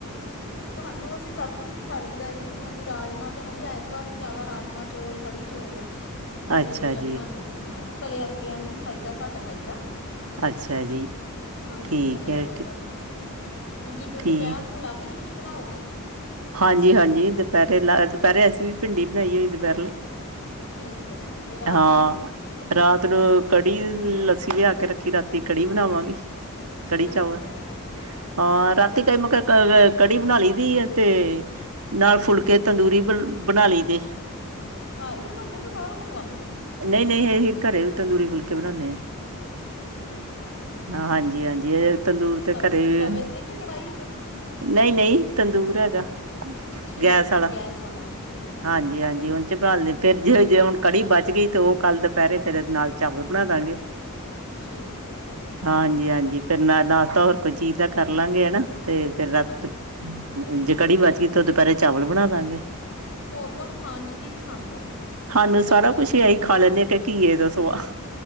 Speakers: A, on the left (about 60°); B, on the right (about 75°).
A: ਸਾਨੂੰ ਅਸੀਂ ਸਭ ਕੁਝ ਹੀ ਖਾ ਲਈਦਾ ਜੀ ਅਸੀਂ ਰਾਜਮਾਂ ਚ ਅਸੀਂ ਐਤਵਾਰ ਨੂੰ ਜ਼ਿਆਦਾ ਰਾਜਮਾਂ ਚੌਲ, ਕੜੀ ਚੌਲ ਅਸੀਂ
B: ਅੱਛਾ
A: ਇਹੋ ਜਿਹਾ ਬਣਾਉਦੇ
B: ਜੀ
A: ਹਾਂ, ਹਾਂ ਤਲਿਆ ਤੁਲਿਆ ਨਹੀਂ ਖਾਈਦਾ ਘੱਟ ਖਾਈਦਾ।
B: ਅੱਛਾ ਜੀ।
A: ਹਾਂਜੀ
B: ਠੀਕ
A: ਤਲਿਆ
B: ਹੈ
A: ਤੁਲਿਆ
B: ਠੀ-
A: ਘੱਟ ਖਾਈਦਾ ਹੁਣ ਤੁਸੀਂ ਫਿਰ ਦੁਪਹਿਰ
B: ਠੀਕ
A: ਨੂੰ ਅਲੱਗ 'ਚ ਕੁਛ ਬਣਾਓਗੇ।
B: ਹਾਂਜੀ ਹਾਂਜੀ ਦੁਪਹਿਰੇ ਲਾ, ਦੁਪਹਿਰੇ ਅਸੀਂ ਵੀ ਭਿੰਡੀ ਬਣਾਈ ਹੋਈ ਦੁਪਹਿਰੇ ਲਈ।
A: ਠੀਕ ਹੈ ਅਤੇ ਰਾਤ
B: ਹਾਂ,
A: ਨੂੰ
B: ਰਾਤ ਨੂੰ ਕੜੀ ਲੱਸੀ ਲਿਆ ਕੇ ਰੱਖੀ ਰਾਤੀ ਕੜੀ ਬਣਾਵਾਂਗੇ ਕੜੀ
A: ਠੀਕ
B: ਚਾਵਲ
A: ਹੈ
B: ਅ ਰਾਤੀ
A: ਠੀਕ
B: ਕਈ ਮੈਂ
A: ਹੈ
B: ਕਿਹਾ ਕੜੀ ਬਣਾ ਲਈ ਦੀ ਤੇ ਨਾਲ ਫੁਲਕੇ ਤੰਦੂਰੀ ਬ ਬਣਾ ਲਈ ਦੇ
A: ਘਰ ਹੀ ਬਣਾਉਂਦੇ ਹੋ, ਕਿ ਬਾਹਰੋਂ ਮੰਗਵਾਉਂਦੇ ਹੋ।
B: ਨਹੀਂ ਨਹੀਂ ਅਸੀਂ ਘਰੇ ਵੀ ਤੰਦੂਰੀ ਫੁਲਕੇ ਬਣਾਉਂਦੇ ਹਾਂ।
A: ਠੀਕ ਹੈ
B: ਹਾਂ ਹਾਂਜੀ ਹਾਂਜੀ ਇਹ ਤੰਦੂਰ ਦੇ
A: ਤਵੇ
B: ਘਰੇ ਵੀ
A: ਤਵੇ 'ਤੇ ਕਿ ਕੜਾਹੀ 'ਚ
B: ਨਹੀਂ ਨਹੀਂ ਤੰਦੂਰ ਹੈਗਾ
A: ਠੀਕ
B: ਗੈਸ
A: ਹੈ
B: ਵਾਲਾ
A: ਉਹ ਵਾਲਾ ਠੀਕ ਹੈ
B: ਹਾਂਜੀ ਹਾਂਜੀ ਹਾਂਜੀ ਉਹ ਚ ਬਣਾ ਲਦੇ ਫੇਰ ਜੇ ਜੇ ਹੁਣ ਕੜੀ ਬਚ ਗਈ ਤੇ ਉਹ ਕੱਲ ਦੁਪਹਿਰੇ ਫੇਰ ਨਾਲ ਚਾਲ ਬਣਾ ਦਾਂਗੇ
A: ਠੀਕ ਹੈ
B: ਹਾਂਜੀ
A: ਠੀਕ ਹੈ
B: ਹਾਂਜੀ ਫਿਰ ਨਾ ਨਾਸ਼ਤਾ ਹੋਰ ਕੋਈ ਚੀਜ਼ ਦਾ ਕਰ ਲਾਂਗੇ ਹਨਾ ਤੇ ਫੇਰ ਰਾਤ
A: ਹਾਂਜੀ
B: ਜੇ ਕੜੀ ਬਚ ਗਈ ਤਾਂ ਦੁਪਹਿਰੇ ਚਾਵਲ ਬਣਾ ਦਾ ਗੇ।
A: ਹੋਰ ਤੁਹਾਨੂੰ ਖਾਣ ਚ ਕੀ ਪਸੰਦ ਹੈ
B: ਸਾਨੂੰ
A: ਸਬਜ਼ੀਆਂ
B: ਸਾਰਾ ਕੁਛ
A: 'ਚੋਂ
B: ਆਹੀ ਖਾ ਲੈਂਦੇ ਕੇ ਘੀਏ ਤੋਂ ਸਿਵਾ